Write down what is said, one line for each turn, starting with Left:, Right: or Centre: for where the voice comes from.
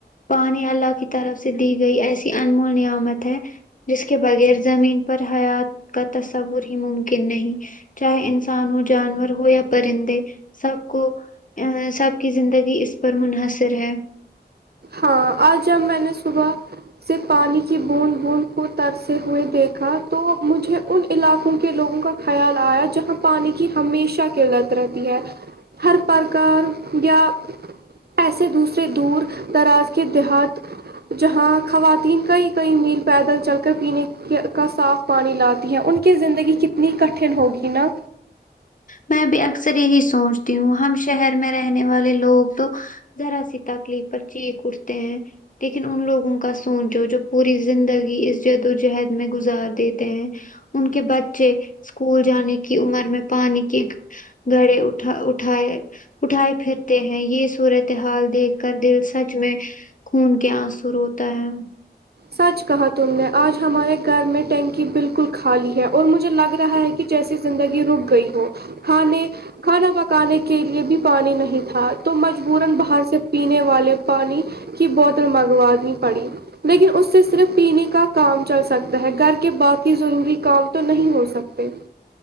Left: پانی اللہ کی طرف سے دی گئی ایسی انمول نعمت ہے جس کے بغیر زمین پر حیات کا تصور ہی ممکن نہیں چاہے انسان ہو جانور ہو یا پرندے سب کو ا سب کی زندگی اس پر منحصر ہے
Right: ہاں آج جب میں نے صبح سے پانی کی بوند بوند کو ترتے ہوئے دیکھا تو مجھے ان علاقوں کے لوگوں کا خیال آیا جہاں پانی کی ہمیشہ قلت رہتی ہے ہر پرکار یا ایسے دوسرے دور دراز کے دیہات جہاں خواتین کئی کئی میل پیدل چل کر پینے کا صاف پانی لاتی ہے ان کی زندگی کتنی کٹن ہوگی نا
Left: میں بھی اکثر یہی سوچتی ہوں ہم شہر میں رہنے والے لوگ تو ذرا سی تکلیف پر چینیک اٹھتے ہیں لیکن ان لوگوں کا سوچو جو پوری زندگی اس جد وجہد میں گزار دیتے ہیں ان کے بچے اسکول جانے کی عمر میں پانی کہ گڑے اٹھا اٹھائے اٹھائے پھرتے ہیں یہ صورتحال دیکھ کر دل سچ میں خون کے انسو روتا ہے
Right: سچ کہا تم نے آج ہمارے گھر میں ٹینکی بالکل خالی ہے اور مجھے لگ رہا ہے کہ جیسی زندگی رک گئی ہو کھنے کھانا پکانے کے لیے بھی پانی نہیں تھا تو مجبورا باہر سے پینے والے پانی کی بوتل منگوانی پڑی لیکن اس اس سے صرف پینے کا کام چل سکتا ہے گھر کے باقی ضروری کام تو نہیں ہو سکتے